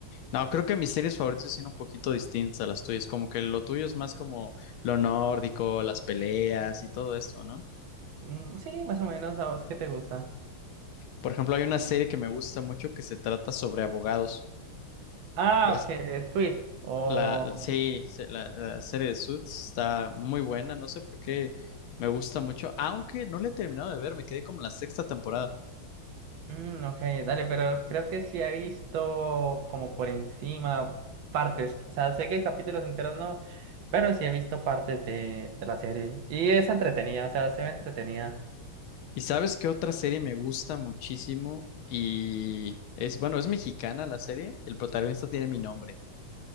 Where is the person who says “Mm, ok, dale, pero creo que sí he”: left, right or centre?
Right